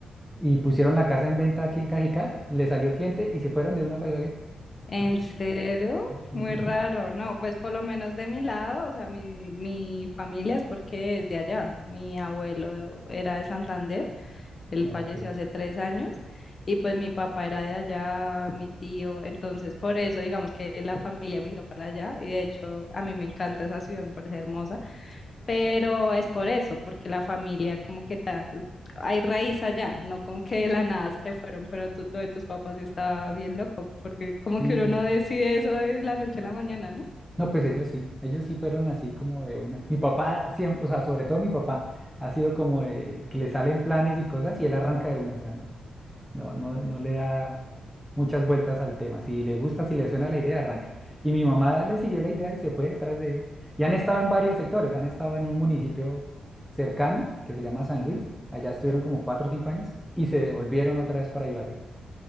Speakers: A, in the centre; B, on the left (about 30°).
A: Y pusieron la casa en venta aquí en Cajicá, le salió cliente y se fueron de una para Ibagué. <laughs>
B: ¿En
A: Así,
B: serio?
A: sí, sí.
B: Muy raro. No, pues por lo menos de mi lado, o sea, mi, mi familia es porque es de allá. Mi abuelo era de Santander, él
A: No,
B: falleció
A: que
B: hace tres años, y pues mi papá era de allá, mi tío. Entonces, por eso, digamos que la familia migró para allá, y de hecho, a mí me encanta esa ciudad, me parece hermosa. pero es por eso, porque la familia como que ta- hay raíz allá, no como que de la nada se fueron, pero tú- lo de tus papás sí está bien loco, porque como
A: sí,
B: que uno
A: sí,
B: no
A: sí.
B: decide eso de la noche a la mañana, ¿no?
A: No, pues ellos sí, ellos sí fueron así como de una. Mi papá, siempre, o sea, sobre todo mi papá, ha sido como de que le salen planes y cosas y él arranca de una, o sea, ¿no? No, no, no le da muchas vueltas al tema. Si le gusta, si le suena la idea, arranca. Y mi mamá le siguió la idea y se fue detrás de él. Y han estado en varios sectores. Han estado en un municipio cercano que se llama San Luis. Allá estuvieron como cuatro o cinco años y se devolvieron otra vez para Ibagué.